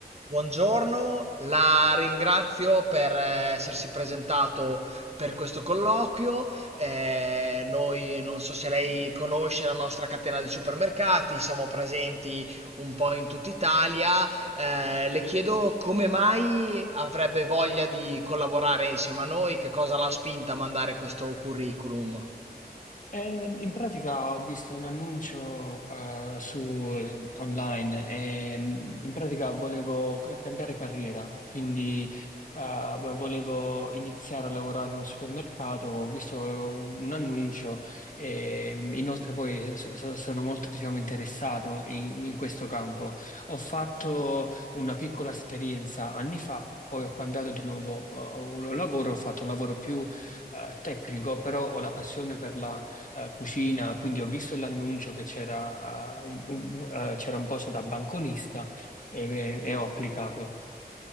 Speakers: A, on the right; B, on the left.
A: Buongiorno, la ringrazio per eh, essersi presentato per questo colloquio. Eh, noi non so se lei conosce la nostra catena di supermercati, siamo presenti un po' in tutta Italia. Eh, le chiedo come mai avrebbe voglia di collaborare insieme a noi, che cosa l'ha spinta a mandare questo curriculum?
B: Eh, in pratica ho visto un annuncio eh, su eh, online e mm, in pratica volevo c- cambiare carriera, quindi eh, v- volevo iniziare a lavorare in un supermercato, ho visto un annuncio e mm, inoltre poi so- so- sono molto diciamo, interessato in, in questo campo. Ho fatto una piccola esperienza anni fa. Poi ho cambiato di nuovo eh, lavoro, ho fatto un lavoro più eh, tecnico, però ho la passione per la eh, cucina, quindi ho visto l'annuncio che c'era eh, un, un- eh, c'era un posto da banconista e, eh, e ho applicato.